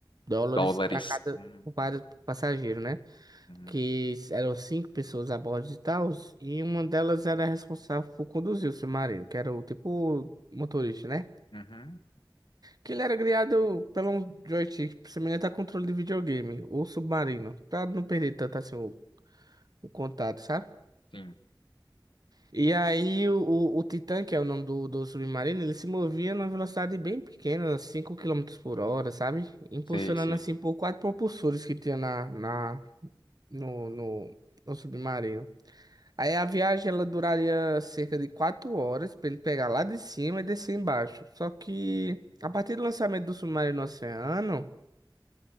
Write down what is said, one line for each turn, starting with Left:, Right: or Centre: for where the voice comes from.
Right: dólares
Left: dólares.
Right: para cada
Left: Uhum,
Right: para passageiro, né?
Left: uhum,
Right: Que eram cinco pessoas a bordo e tal, e uma delas era responsável por conduzir o submarino, que era o tipo motorista, né?
Left: uhum,
Right: Que ele era criado pelo um joystick semelhante a controle de videogame, ou submarino, para não perder tanto assim o, o contato, sabe?
Left: sim,
Right: E aí o, o, o Titã, que é o nome do, do submarino, ele se movia numa velocidade bem pequena, 5 quilômetros por hora, sabe? Impulsionando
Left: sei, sei.
Right: assim por quatro propulsores que tinha na, na, no, no, no submarino. Aí a viagem ela duraria cerca de 4 horas para ele pegar lá de cima e descer embaixo. Só que
Left: Uhum.
Right: a partir do lançamento do submarino no oceano,